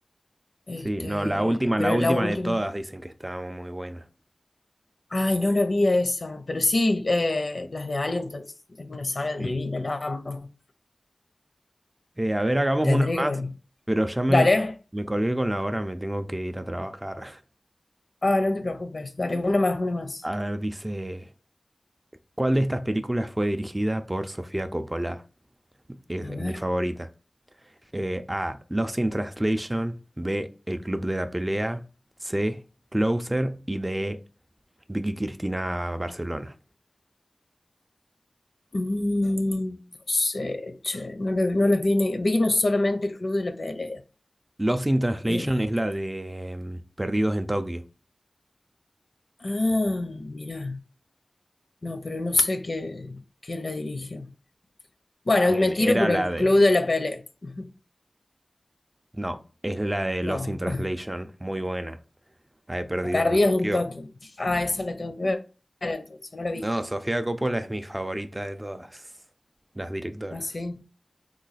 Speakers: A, on the left (about 55°); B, on the right (about 30°).
A: Este,
B: Sí, no, la última,
A: pero
B: la última
A: la última.
B: de todas dicen que estaba muy buena.
A: Ay, no la vi a esa. Pero sí, eh, las de Alien, entonces, es una saga divina,
B: Sí.
A: la amo.
B: Eh, a ver, hagamos
A: Tendría
B: una más,
A: que verla.
B: pero ya me,
A: Dale.
B: me colgué con la hora, me tengo que ir a trabajar. <laughs>
A: Ah, no te preocupes. Dale, una más, una más.
B: A ver, dice, ¿cuál de estas películas fue dirigida por Sofía Coppola? Es
A: A ver.
B: mi favorita. Eh, A, Lost in Translation, B, El Club de la Pelea, C, Closer y D, Vicky Cristina Barcelona.
A: Mm, no sé, che, no, le- no les vi ni- vi no solamente el club de la pelea.
B: Lost in Translation
A: Este,
B: es la de mm, Perdidos en Tokio.
A: ah, mirá, no, pero no sé qué, quién la dirigió. Bueno,
B: Bien,
A: me tiro
B: era
A: por
B: la
A: el
B: de
A: club de la pelea. <laughs>
B: No, es la de
A: No,
B: Lost in Translation,
A: <laughs>
B: muy buena. La de Perdidos
A: Perdidos
B: en Tokio.
A: un toque. Ah, eso la tengo que ver entonces, no la vi.
B: No, Sofía Coppola es mi favorita de todas las directoras.
A: Ah, sí.